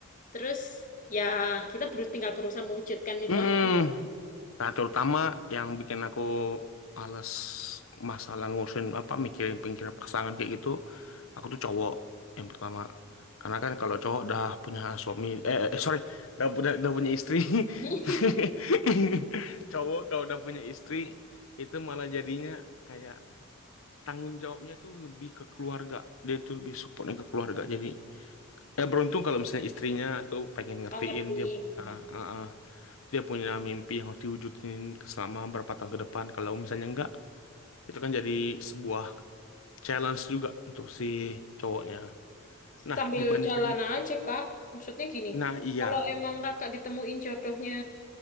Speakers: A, on the left (about 35°); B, on the left (about 65°).
A: Terus ya kita berus tinggal berusaha mewujudkan itu
B: Mm-mm.
A: aja.
B: Nah, terutama yang bikin aku males masalah ngurusin apa mikirin pikiran pasangan kayak gitu, aku tuh cowok yang pertama. Karena kan kalau cowok udah punya suami, eh eh, sorry, udah, udah, udah punya istri,
A: <laughs>
B: <laughs> cowok kalau udah punya istri itu malah jadinya kayak tanggung jawabnya itu lebih ke keluarga. Dia itu lebih supportnya ke keluarga. Jadi ya beruntung kalau misalnya istrinya atau pengen ngertiin
A: Nggak ngerti.
B: dia punya
A: Mm.
B: uh, uh, dia punya mimpi yang harus diwujudin ke selama berapa tahun ke depan. Kalau misalnya enggak, itu kan jadi sebuah challenge juga untuk si cowoknya. Nah,
A: Sambil
B: dibandingkan
A: jalan aja, Kak. Maksudnya gini,
B: nah iya,
A: kalau emang kakak ditemuin jodohnya